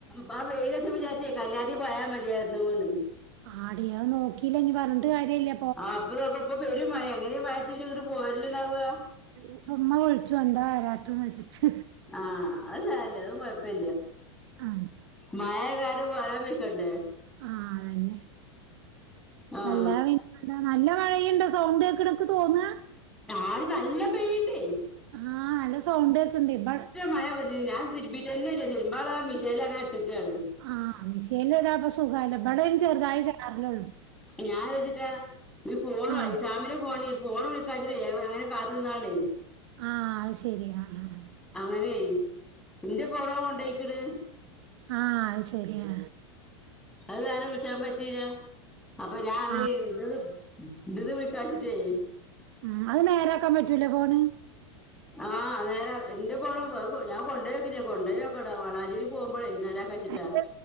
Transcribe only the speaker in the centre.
ഞാ വെയിലർച്ചപ്പ വിചാരിച് കല്യാൺതി പോയാ മതിയാരുന്നുന്ന്.
ആപ്പൊ നോക്ക ഇപ്പൊ പെരും മഴ എങ്ങനെ ഈ മയത്ജ്ങ്ങട്ട് പോരല്ണ്ടാക.
ആ അത് സാരല്ല അത് കൊയപ്പല്ല
മഴായകാരം <unintelligible> <unintelligible>
ആ
ആദി നല്ല പെയ്യ്ണ്ടയ്
മഴ വന്നു ഞാൻ തിര്മ്പീട്ടന്നല്ല തിര്മ്പാളത് ആ മിഷേൽ അങ്ങനെ ട്ട്ക്കാണ്
ഞാൻന്താച്ചിട്ടാ ഈ ഫോൺവായി
സാമിനെ ഫോൺ ഫോൺ വിള് കതിര്ലെ അങ്ങനെ കാത്തുന്നാതാണേയ്
അങ്ങനെയ് ന്റെ പോറൊ കൊണ്ടയ്യ്ക്ക്‌ന്
അഹ്കാരണം വിളിച്ചാപറ്റീല അപ്പൊ ഞാൻഅതെയ്
ത് തിന്ന് വിളിക്കാച്ചിട്ടേയ്
ആ നേരാ ന്റെപൊൺഞാകൊണ്ടോയോകീട്ടില്ല കൊണ്ടൊയോകണം വളാഞ്ചേരി പോമ്പോയെ നേരാക്കാച്ചിട്ടാ